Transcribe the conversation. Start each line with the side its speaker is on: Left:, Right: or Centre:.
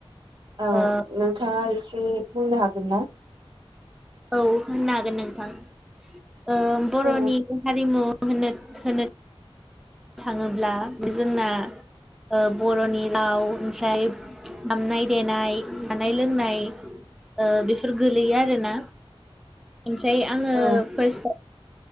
Right: औ
Centre: ओ
Right: नोंथाङा एसे बुंनो हागोन ना
Centre: औ होननो हागोन नोंथां बर'नि
Right: औ
Centre: हारिमु होनो होनो थाङोब्ला बे जोंना ओ बर'नि राव ओमफ्राय दामनाय देनाय जानाय लोंनाय ओ बेफोर गोलैयो आरोना ओमफ्राय आङो
Right: औ
Centre: फार्स्टआव